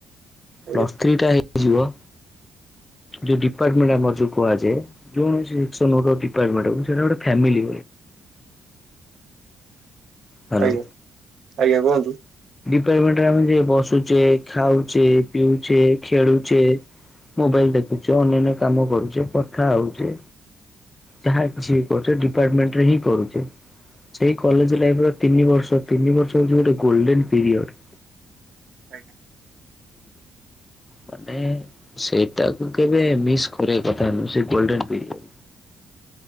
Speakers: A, on the right (about 65°); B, on the left (about 25°).
A: ଆଜ୍ଞା
B: ପ୍ଲସ୍ ଥ୍ରୀ ଟା ହେଇ। ଯିବ ଯୋଉ ଡିପାର୍ଟମେଣ୍ଟ ଆମର ଯୋଉ କୁହାଯାଏ <unintelligible> ଡିପାର୍ଟମେଣ୍ଟ ସେଟା ଗୋଟେ ଫ୍ୟାମିଲି। ହ୍ୟାଲୋ
A: ଆଜ୍ଞା ଆଜ୍ଞା କୁହନ୍ତୁ।
B: ପେମେଣ୍ଟ <unintelligible> ବସୁଛେ ଖାଉଛେ ପିଉଛେ ଖେଳୁଛେ ମୋବାଇଲ ଦେଖୁଛ ଅନ୍ୟାନ୍ୟ କାମ କରୁଛେ କଥା ହଉଛେ। ଯାହା କିଛି କରଛ ଡିପାର୍ଟମେଣ୍ଟରେ ହିଁ କରୁଛେ ସେଇ କଲେଜ ଲାଇଫ ର ତିନି ବର୍ଷ ତିନି ବର୍ଷ ହଉଛି ଗୋଟେ ଗୋଲଡେନ ପିରିୟଡ।
A: ଆଞା।
B: ମାନେ ସେଇଟାକୁ କେବେ ମିସ୍ କରିବା କଥା ନୁହଁ ସେଇ ଗୋଲ୍ଡେନ ପିରିୟଡ଼।